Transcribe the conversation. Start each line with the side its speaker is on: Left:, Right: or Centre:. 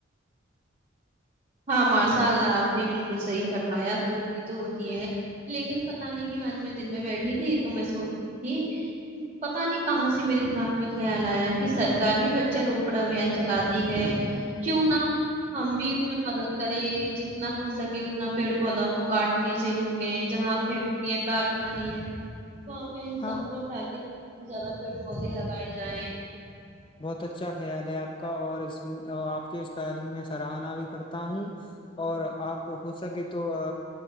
Right: ہاں م <unintelligible> اناء اللہ آپ نے بالکل صحیح فرمایا پورتی تو ہوتی ہے لیکن پتہ نہیں کہ آج میں دن میں بیٹھی تھی تو میں سو <unintelligible> پتا نہیں کہاں سے میرے دماغ میں خیال آیا کہ سر ار بھی پرچھھر روپڑ ابھیان چلاات <unintelligible> ہے کیوں نہ ہم بھی اس میں مدد کریں جتنا ہو سکے اتنا پیڑ پودوں کو کاٹنے سے روکیں جہاں فیکٹری کارخانے ہیں وہاں بہن
Left: ہاں
Right: سب کو اٹھا کے <unintelligible> زیادہ پیڑ پودے لگائے جائیں
Left: بہت اچھا خیال ہے آپ کا اور اس آپ کے اس خیال کی میں سراہنا بھی کرتا ہوں اور آپ ہو سکے تو